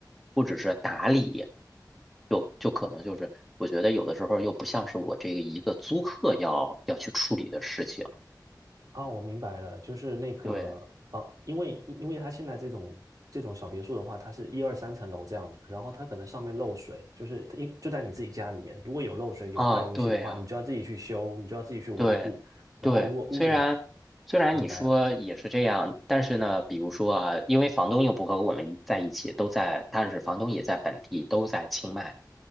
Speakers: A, in the centre; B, on the right.
A: 或者是打理，就就可能就是我觉得有的时候又不像是我这个一个租客要要去处理的事情。
B: 啊，我明白了，就是那个房，
A: 对
B: 因为因为它现在这种这种小别墅的话，它是一二三层楼这样的，然后它可能上面漏水，就是因就在你自己家里面，如果有漏水有坏东西的话，
A: 啊，对呀。
B: 你就要自己去修，你就要自己去维护，
A: 对，
B: 然后如果屋顶，
A: 对，虽然虽然你说也是这样，
B: 明白了。
A: 但是呢，比如说啊，因为房东又不和我们一在一起，都在，但是房东也在本地，都在清迈。